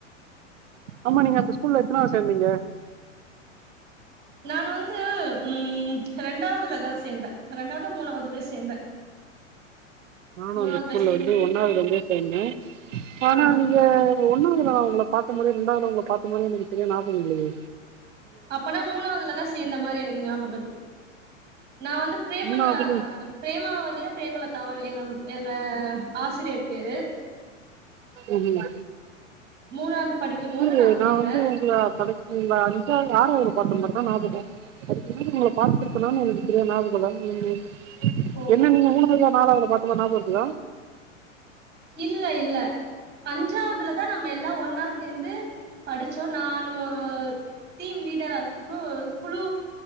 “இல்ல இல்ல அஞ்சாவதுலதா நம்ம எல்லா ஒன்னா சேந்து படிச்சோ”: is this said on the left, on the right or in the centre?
Right